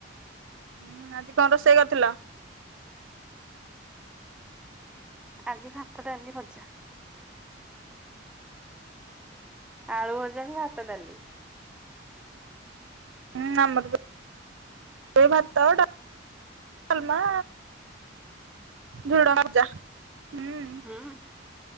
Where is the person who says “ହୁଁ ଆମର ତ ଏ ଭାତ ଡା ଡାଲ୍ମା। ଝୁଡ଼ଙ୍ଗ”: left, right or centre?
Right